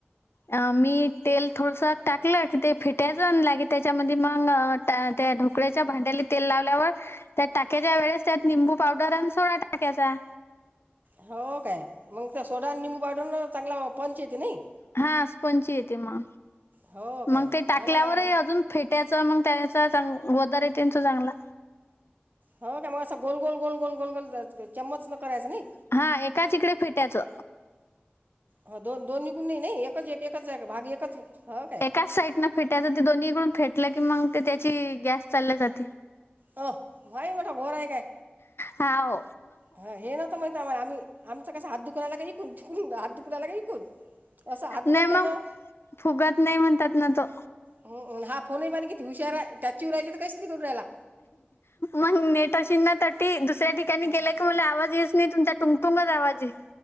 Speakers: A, on the left; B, on the right.
A: आ मी तेल थोडसं टाकलं की ते फिटायचं आन लागे त्याच्यामध्ये मंग त्या त्या ढोकळ्याच्या भांड्याले तेल लावल्यावर त्या टाक्याच्या वेळेस त्यात निंबू पावडर आणि सोडा टाक्याचा.
B: हो काय मंग त्या सोडा आणि निंबू पाढून चांगला पंच येते नाही.
A: हा स्पंच येते म
B: हो काय
A: मंग ते टाकल्यावरही
B: हा ना हा ना हा ना
A: अजून फेट त्याच मंग त्यांचा चांग वदार येते त्यांचा चांगला.
B: हो काय मग असं गोल, गोल, गोल, गोल गोल गोल चम्मच करायचं नाही.
A: हा एकाच इकडे फेटायचं.
B: हो दोन-दोन निघून नाही-नाही एकच एक एकाच भागी एकाच हो काय.
A: त्याच साईड ना. फेटायच ते दोन्हीकडून फेटलं कि मग ते त्याची गॅस चालली जाते.
B: भाई मठ घोर आहे काय?
A: हाओ
B: हा हे नव्हतं माहित आम्हा आम्ही. आमचं कसं हात दुखरायला काही कून कुन हात दुखरायला काही कून असं हात
A: नाही
B: बदलतो.
A: मग फुगत नाही म्हणतात ना तो.
B: हो हा आन फोन आहे बाईने किती हुशा टॅचीवर राहिली तर काहीच नाही करू रायला.
A: मंग नेट आशिनं तटी दुसऱ्या ठिकाणी
B: हं.
A: गेला की मला आवाज येयच नाही तुमचा तुंग तुंग जावाजे.